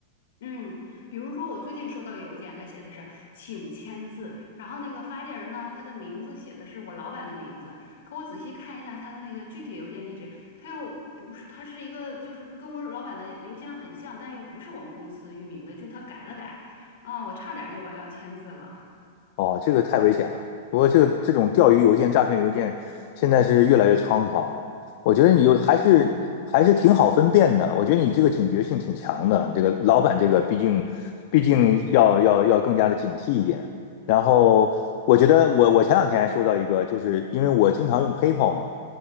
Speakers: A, on the left; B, on the left.
A: 嗯，比如说我最近收到一个邮件，他写的是请签字，然后那个发件人呢，他的名字写的是我老板的名字，可我仔细看一下他的那个具体邮件地址，他又不是，他是一个就是跟我老板的邮箱很像，但又不是我们公司域名的，就是他改了改，啊，我差点就把要签字了。
B: 哦，这个太危险了。不过这个这种钓鱼邮件、诈骗邮件，现在是越来越猖狂了。我觉得你有还是你还是挺好分辨的。我觉得你这个警觉性挺强的。这个老板这个毕竟毕竟要要要更加的警惕一点。然后我觉得我我前两天还收到一个，就是因为我经常用 PayPal 嘛